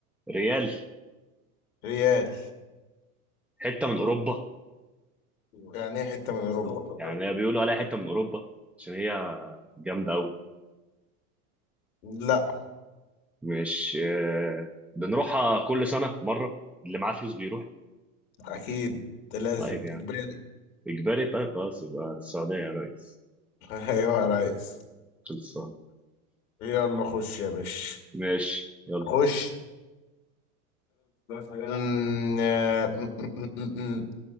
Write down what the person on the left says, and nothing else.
ريال
يعني إيه حتة من أوروبا
لأ
أكيد ده لازم
إجباري
<laughs> أيوه يا ريس
يلا خش يا باشا
خش مم، آه، م- م- م- م- م.